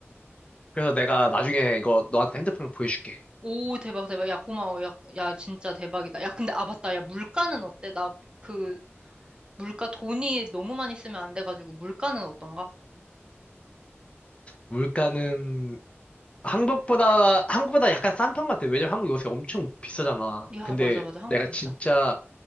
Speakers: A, on the left; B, on the right.
A: 그래서 내가 나중에 이거 너한테 핸드폰을 보여줄게.
B: 오, 대박, 대박. 야, 고마워. 야, 야, 진짜 대박이다. 야, 근데, 아, 맞다. 야, 물가는 어때? 나, 그, 물가 돈이 너무 많이 쓰면 안 돼가지고, 물가는 어떤가?
A: 물가는 한국보다, 한국보다 약간 싼 편 같아. 왜냐면 한국 요새 엄청 비싸잖아.
B: 야,
A: 근데
B: 맞아, 맞아. 한국
A: 내가
B: 비싸.
A: 진짜